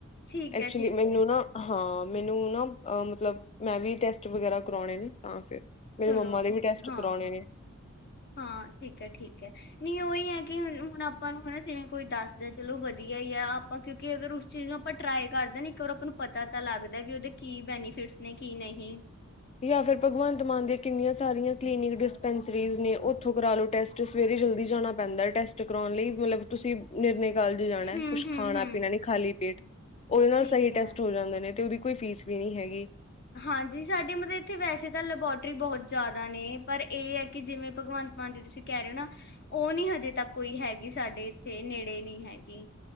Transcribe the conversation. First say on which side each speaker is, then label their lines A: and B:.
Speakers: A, on the left; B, on the left.
A: ਠੀਕ
B: ਐਕਚੁਅਲੀ
A: ਹੈ ਠੀਕ
B: ਮੈਨੂੰ
A: ਹੈ
B: ਨਾ ਆਹ। ਹਾਂ ਮੈਨੂੰ ਨਾ, ਮਤਲਬ ਮੈਂ ਵੀ ਟੈਸਟ ਵਗੈਰਾ ਕਰਵਾਉਣੇ ਨੇ। ਤਾਂ ਫਿਰ ਮੇਰੇ
A: ਚਲੋ
B: ਮੰਮਾ ਦੇ
A: ਠੀਕ
B: ਵੀ ਟੈਸਟ
A: ਹੈ ਹਾਂ
B: ਕਰਵਾਉਣੇ
A: ਹਾਂ।
B: ਨੇ।
A: ਹਾਂ ਠੀਕ ਹੈ-ਠੀਕ ਹੈ, ਨਹੀਂ ਉਹੀ ਹੈ ਕਿ ਹੁਣ ਆਪਾਂ ਨੂੰ ਹੈਨਾ ਜਿਵੇਂ ਕੋਈ ਦੱਸਦਾ ਚਲੋ ਵਧੀਆ ਹੀ ਆ, ਆਪਾਂ ਕਿਉਂਕਿ ਅਗਰ ਉਸ ਚੀਜ਼ ਨੂੰ ਆਪਾਂ ਟਰਾਈ ਕਰਦੇ, ਇੱਕ ਆਪਾਂ ਨੂੰ ਪਤਾ ਤਾਂ ਲੱਗਦਾ ਵੀ ਉਹਦੇ ਕੀ ਬੈਨੀਫਿਟਸ ਨੇ ਕੀ ਨਹੀਂ।
B: ਯਾ ਫਿਰ ਭਗਵੰਤ ਮਾਨ ਦੀ ਕਿੰਨੀਆਂ ਸਾਰੀਆਂ ਕਲੀਨਿਕ ਡਿਸਪੈਂਸਰੀਜ਼ ਨੇ, ਉਥੋਂ ਕਰਾਲੋ ਟੈਸਟ। ਸਵੇਰੇ ਜਲਦੀ ਜਾਣਾ ਪੈਂਦਾ ਟੈਸਟ ਕਰਾਉਣ ਲਈ, ਮਤਲਬ ਤੁਸੀਂ ਨਿਰਨੇ ਕਾਲਜ ਜਾਣਾ
A: ਹੂੰ
B: ਹੈ। ਕੁਛ
A: ਹੂੰ
B: ਖਾਣਾ
A: ਹੂੰ
B: ਪੀਣਾ ਨੀ, ਖਾਲੀ ਪੇਟ ਉਹਦੇ ਨਾਲ
A: ਠੀਕ
B: ਸਹੀ
A: ਹੈ।
B: ਟੈਸਟ ਹੋ ਜਾਂਦੇ ਨੇ ਤੇ ਉਹਦੀ ਕੋਈ ਫੀਸ ਵੀ ਨਹੀਂ ਹੈਗੀ।
A: ਹਾਂਜੀ। ਸਾਡੇ ਮਤਲਬ ਇੱਥੇ, ਵੈਸੇ ਤਾਂ ਲੈਬੋਰਟਰੀ ਬਹੁਤ ਜ਼ਿਆਦਾ ਨੇ ਪਰ ਇਹ ਹੈ ਕਿ ਜਿਵੇਂ ਭਗਵੰਤ ਮਾਨ ਦੀ ਤੁਸੀਂ ਕਹਿ ਰਹੇ ਹੋ ਨਾ, ਉਹ ਨਹੀਂ ਹਜੇ ਤੱਕ ਕੋਈ ਹੈਗੀ ਸਾਡੇ ਇੱਥੇ, ਨੇੜੇ ਨਹੀਂ ਹੈਗੀ।